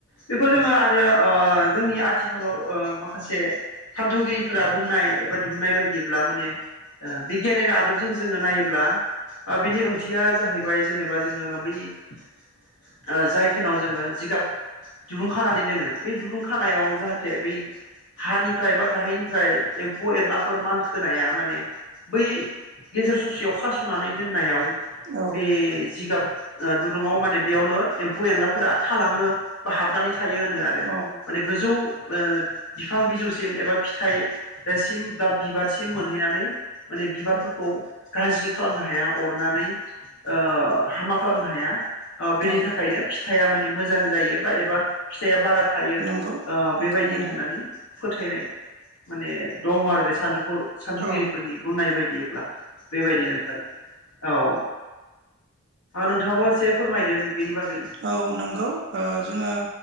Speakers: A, on the left; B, on the right.
A: बेखौ जोङो आरो ओ जोंनि आथिखालाव ओ माखासे सान्थौगिरिफोरा बुंनाय एबा दिहुननाय बायदिब्ला माने ओ बिगियाननि आदबजों जोङो नायोब्ला ओ बिनि ओंथिया जाहैबाय जेनेबा जोङो बै ओ जाय खिनाव जोङो जिगाब दुरुं खानानै दोनो बे दुरुं खानायाव जाहाथे बै हानिफ्राय बा गाहायनिफ्राय एम्फौ एरलाफोर मानखोनाया माने बै गेजेर ससेयाव खासनानै दोननायाव
B: औ
A: बे जिगाब दुरुङाव माने बेयावनो एम फु एनलाफोरा थालाङो बा हाबनानै थायो होनो आरो
B: औ
A: माने गोजौ ओ बिफां बिजौसिम एबा फिथाइ सिम बा बिबारसिम मोनहैनानै माने बिबारफोरखौ गाज्रि खालामनो हाया अरनानै ओ हामा खालामनो हाया ओ बेनि
B: औ
A: थाखायनो फिथाया माने मोजां जायो बा एबा फिथाया बारा थायो
B: नंगौ नोंथां
A: ओ बेबायदि
B: बुंनाया
A: होननानै फोथायनाय माने दङ आरो बे सान्दु सान्थौगिरिफोरनि
B: औ
A: बुंनाय बायदिब्ला बेबायदि नोंथां औ नोंथाङाबो एसे फोरमायदो बेनि बागै
B: औ नंगौ ओ जोङो